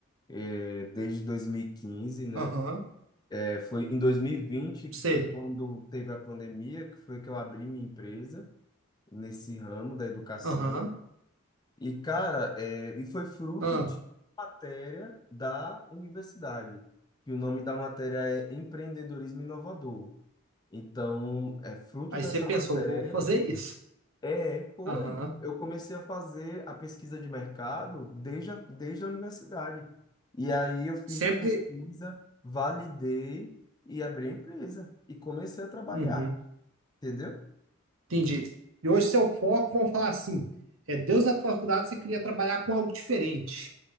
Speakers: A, on the left; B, on the right.
A: é, desde dois mil e quinze né?
B: aham,
A: É, foi em 2020, que
B: sei.
A: foi quando teve a pandemia, que foi que eu abri minha empresa nesse ramo da educação.
B: Aham,
A: E, cara, é, e foi fruto
B: aham.
A: de matéria da universidade, que o nome da matéria é Empreendedorismo Inovador. Então, é fruto
B: Aí
A: dessa
B: você pensou,
A: matéria
B: vou fazer isso.
A: é, foi.
B: Aham,
A: Eu comecei a fazer a pesquisa de mercado desde a, desde a universidade. E aí eu fiz
B: sempre.
A: a pesquisa, validei e abri a empresa. E comecei a trabalhar,
B: Uhum,
A: entendeu?
B: entendi. E hoje seu foco, vamos falar assim, é Deus da faculdade, você queria trabalhar com algo diferente.